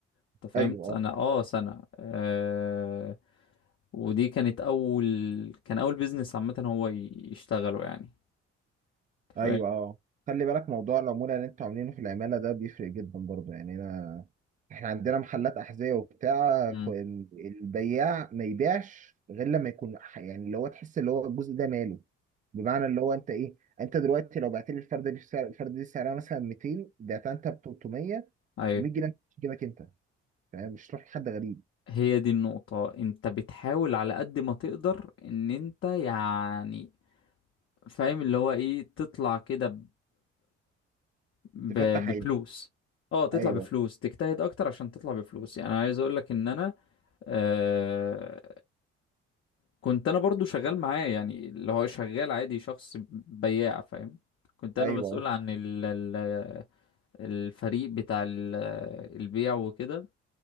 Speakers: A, on the left (about 40°); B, on the right (about 25°).
A: انت فاهم
B: أيوه
A: سنة اه سنة آه ودي كانت أول كان أول بيزنس عامة هو ي- يشتغله يعني انت
B: ايوه
A: فاهم
B: اه خلي بالك موضوع العمولة اللي انتوا عاملينه في العمالة ده بيفرق جدا برضه يعني انا احنا عندنا محلات احذية وبتاع
A: امم
B: ف- ال- البياع ما يبيعش غير لما يكون ح- يعني اللي هو تحس اللي هو الجزء ده ماله بمعنى اللي هو انت ايه انت دلوقتي لو بعت لي الفردة دي بسعر الفردة دي سعرها مثلا 200 بعتها انت ب 300
A: ايوه
B: 100 جنيه تجيبك انت فاهم مش تروح لحد غريب
A: هي دي النقطة انت بتحاول على قد ما تقدر ان انت يعني فاهم اللي هو ايه تطلع كده ب...
B: تفتح
A: بفلوس
B: عينك
A: اه تطلع
B: ايوه
A: بفلوس تجتهد اكتر عشان تطلع بفلوس يعني أنا عايز اقول لك ان انا آه كنت انا برضو شغال معاه يعني اللي هو شغال عادي شخص بياع فاهم كنت انا
B: ايوه
A: مسؤول
B: آه.
A: عن ال... ال- الفريق بتاع ال- البيع وكده